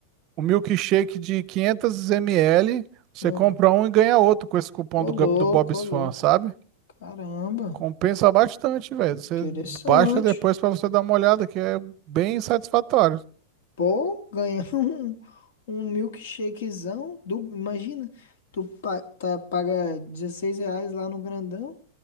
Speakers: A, on the right (about 30°); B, on the left (about 75°).
A: um milkshake de 500 ml. Você
B: Não.
A: compra um e ganha outro com esse cupom
B: Ô,
A: do,
B: louco,
A: Ga- do Bob's
B: ô, louco.
A: Fan, sabe?
B: Caramba,
A: Compensa bastante, velho. Você
B: interessante.
A: baixa depois pra você dar uma olhada, que é bem satisfatório.
B: Pô, ganhar <laughs> um, um milkshakezão. Do, imagina, tu pa- tá, paga 16 reais lá no grandão